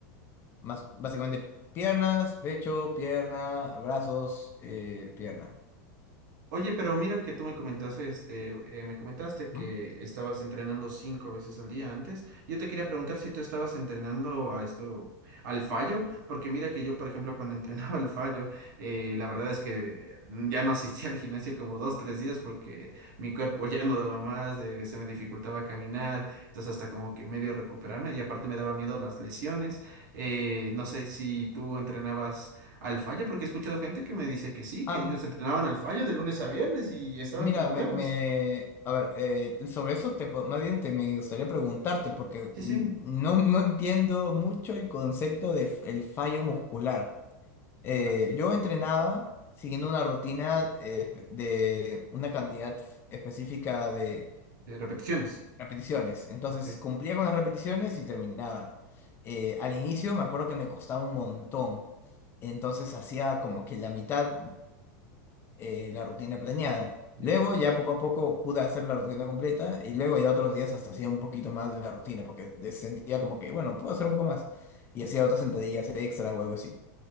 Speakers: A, on the left; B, on the right.
A: más básicamente piernas, pecho, pierna, brazos, eh, pierna.
B: Oye, pero mira que tú me comentaste, eh, eh, me comentaste
A: Ujú.
B: que estabas entrenando cinco veces al día antes. Yo te quería preguntar si tú estabas entrenando a esto, al fallo, porque mira que yo, por ejemplo, cuando <laughs> entrenaba al fallo, eh, la verdad es que ya no asistía al gimnasio como dos, tres días porque mi cuerpo <laughs> ya no daba más, eh, se me dificultaba caminar, entonces hasta como que medio recuperarme y aparte me daba miedo las lesiones. Eh, no sé si tú entrenabas. Al fallo, porque he escuchado gente que me dice que sí,
A: Ah,
B: que ellos
A: mm,
B: entrenaban al fallo de lunes a viernes y estaban
A: Mira,
B: como nuevos.
A: me, me- a ver, eh, sobre eso te, po- más bien te, me gustaría preguntarte, porque
B: Sí,
A: mm,
B: sí.
A: no, no entiendo mucho el concepto de f- el fallo muscular. Eh,
B: Ya.
A: yo entrenaba siguiendo
B: sí.
A: una rutina eh, espe- de una cantidad f- específica de
B: De repeticiones.
A: repeticiones. Entonces
B: Ok,
A: cumplía con las repeticiones y terminaba. Eh, al inicio me acuerdo que me costaba un montón. Entonces hacía como que la mitad eh, la rutina planeada.
B: ya.
A: Luego ya poco a poco pude hacer la rutina completa y luego ya otros días hasta hacía un poquito más de la rutina porque de- sentía como que, bueno, puedo hacer un poco más. Y hacía otras sentadillas extra o algo así.